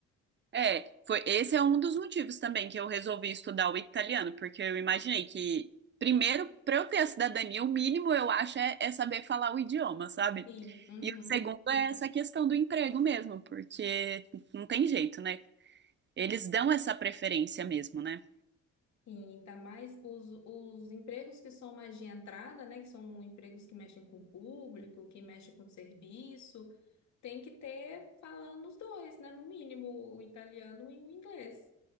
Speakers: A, on the right; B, on the left.
A: É, foi, esse é um dos motivos também que eu resolvi estudar o italiano, porque eu imaginei que, primeiro, para eu ter a cidadania, o mínimo eu acho é, é saber falar o idioma, sabe?
B: Sim. uhum.
A: E o segundo é essa questão do emprego mesmo, porque não tem jeito, né? Eles dão essa preferência mesmo, né?
B: Sim, tá mais os, os empregos que são mais de entrada, né, que são empregos que mexem com o público, que mexem com o serviço, tem que ter falando os dois, né, no mínimo, o italiano e o inglês,